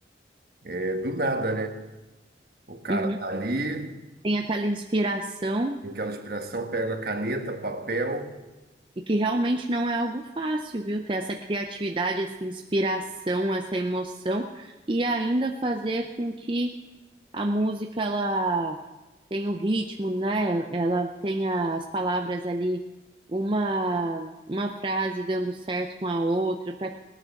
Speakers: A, on the right (about 55°); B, on the right (about 30°).
A: é do nada, né? O cara
B: Uhum.
A: tá ali,
B: Tem aquela inspiração
A: tem aquela inspiração, pega a caneta, papel,
B: E que realmente não é algo fácil, viu? Ter essa criatividade, essa inspiração, essa emoção e ainda fazer com que a música ela tenha o ritmo, né? Ela tenha as palavras ali, uma, uma frase dando certo com a outra, para que